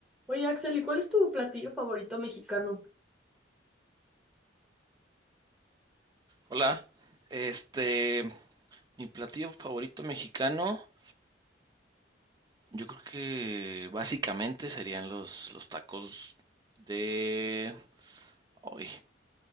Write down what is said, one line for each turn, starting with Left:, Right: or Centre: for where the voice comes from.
Centre: Oye, Axel, ¿y cuál es tu platillo favorito mexicano?
Right: Hola, este, mi platillo favorito mexicano, yo creo que básicamente serían los, los tacos de... Ay,